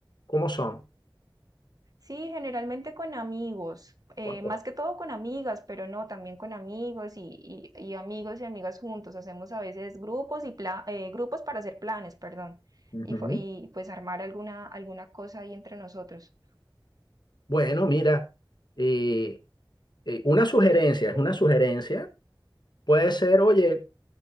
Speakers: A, on the left (about 60°); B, on the right (about 50°).
A: cómo son?
B: Sí, generalmente con amigos, eh,
A: Bueno,
B: más que todo con amigas, pero no, también con amigos y, y- y amigos y amigas juntos. Hacemos a veces grupos y pla- eh, grupos para hacer planes, perdón,
A: ujú.
B: y, fo- y pues armar alguna, alguna cosa ahí entre nosotros.
A: Bueno, mira, eh, eh, una sugerencia, es una sugerencia. Puede ser, oye,